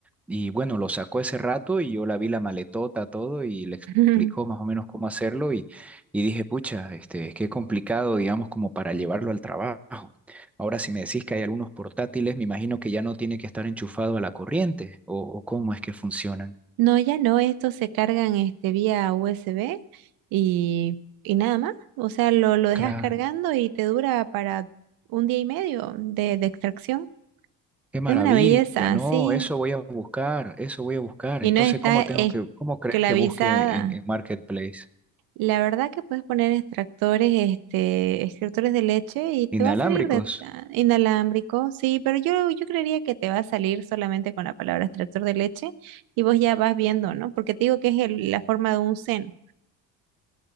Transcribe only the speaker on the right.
<laughs>
No, ya no, estos se cargan este, vía USB y, y nada más. O sea, lo, lo dejas
cargando y te dura para un día y medio de de extracción.
Es una belleza,
sí,
y
no está
esclavizada.
La verdad que puedes poner extractores, este, extractores de leche y te
va a salir de ah, inalámbrico, sí, pero yo, yo creería que te va a salir solamente con la palabra extractor de leche y vos ya vas viendo, ¿no? Porque te digo que es el- la forma de un seno.